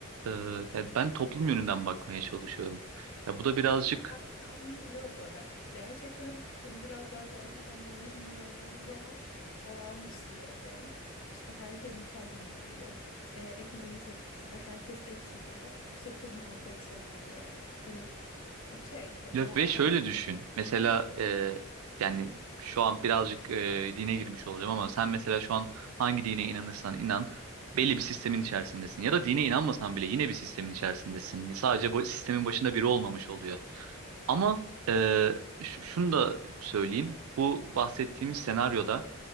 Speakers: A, on the right (about 85°); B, on the left (about 65°).
A: e, yani ben toplum yönünden bakmaya çalışıyorum. Ya bu da birazcık
B: <laughs> Ya Ben seni anlayabiliyorum böyle. Gerçekten hani biraz daha gerçekten delusional olduğumuz zaman olağanüstü bir evren. İşte her şey mükemmel ilerliyor. Ee, ekonomi çok güzel. Herkes et yiyor. İşte kadın hakları savunuluyor. Hani okey hani
A: ya
B: wow
A: ve şöyle
B: herkes
A: düşün. Mesela
B: mutlu.
A: e, yani şu an birazcık e, dine girmiş olacağım ama sen mesela şu an hangi dine inanırsan inan belli bir sistemin içerisindesin. Ya da dine inanmasan
B: <laughs>
A: bile yine bir sistemin içerisindesin. Sadece bu sistemin başında biri olmamış oluyor. Ama e, ş- şunu da söyleyeyim. Bu bahsettiğimiz senaryoda